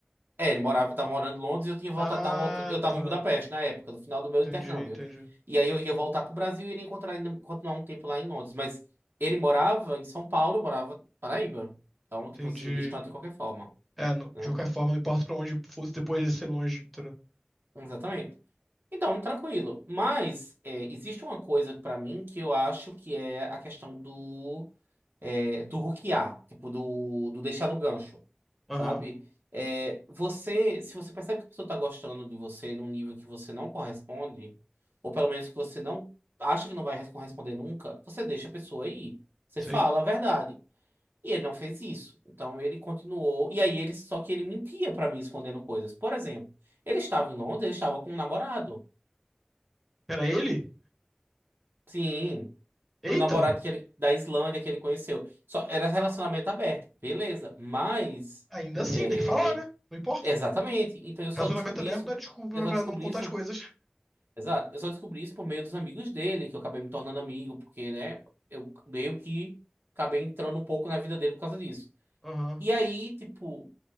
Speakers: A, on the right; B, in the centre.
A: É, ele morava, eu tava morando em Londres, eu tinha voltado,
B: Ah,
A: tava voltando, eu tava
B: tá.
A: em Budapeste na época, no final do meu
B: Entendi,
A: intercâmbio.
B: entendi.
A: E aí eu ia voltar pro Brasil e iria encontrar ainda, continuar um tempo lá em Londres, mas ele morava em São Paulo, eu morava em Paraíba. Então, tipo
B: Entendi.
A: assim, distante de qualquer forma,
B: É, não-
A: né?
B: de qualquer forma, não importa pra onde fosse depois de ser longe, entendeu?
A: Exatamente. Então, tranquilo. Mas é, existe uma coisa pra mim que eu acho que é a questão do é, do hookear, tipo do, do deixar no gancho,
B: Aham,
A: sabe? É, você, se você percebe que a pessoa tá gostando de você num nível que você não corresponde, ou pelo menos que você não acha que não vai corresponder nunca, você deixa a pessoa ir. Você
B: sei.
A: fala a verdade. E ele não fez isso. Então ele continuou. E aí ele só que ele mentia pra mim escondendo coisas. Por exemplo, ele estava em Londres, ele estava com um namorado.
B: Era ele?
A: Sim,
B: Eita!
A: um namorado que ele, da Islândia que ele conheceu. Só era relacionamento aberto, beleza. Mas
B: Ainda assim,
A: é,
B: tem que falar, né? Não importa.
A: exatamente. Então eu só
B: Relacionamento
A: descobri
B: aberto
A: isso,
B: não é desculpa
A: eu só
B: pra
A: descobri
B: não contar
A: isso,
B: as coisas.
A: exato. Eu só descobri isso por meio dos amigos dele, que eu acabei me tornando amigo, porque, né, eu meio que acabei entrando um pouco na vida dele por causa disso.
B: Aham.
A: E aí, tipo,